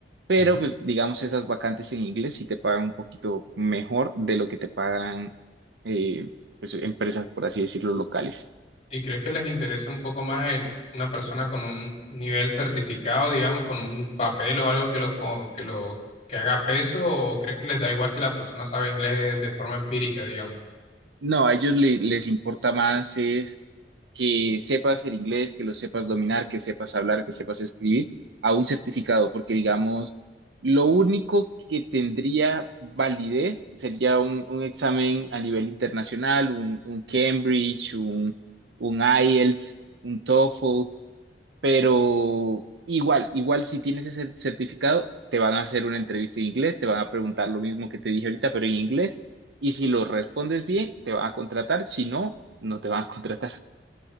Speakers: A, on the left (about 40°); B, on the right (about 75°).
A: Sí.
B: pero pues digamos, esas vacantes en inglés sí te pagan un poquito mejor de lo que te pagan eh, pues, empresas, por así decirlo, locales.
A: ¿Y crees que les interesa un poco más el, una persona con un nivel certificado, digamos, con un papel o algo que lo, co- que lo, que haga peso o crees que les da igual si la persona sabe inglés de forma empírica, digamos?
B: No, a ellos le- les importa más es que sepas el inglés, que lo sepas dominar, que sepas hablar, que sepas escribir, a un certificado, porque digamos, lo único que tendría validez sería un, un examen a nivel internacional, un, un Cambridge, un, un IELTS, un TOEFL, pero igual, igual si tienes ese certificado, te van a hacer una entrevista en inglés, te van a preguntar lo mismo que te dije ahorita, pero en inglés. Y si lo respondes bien, te van a contratar. Si no, no te van a <laughs> contratar.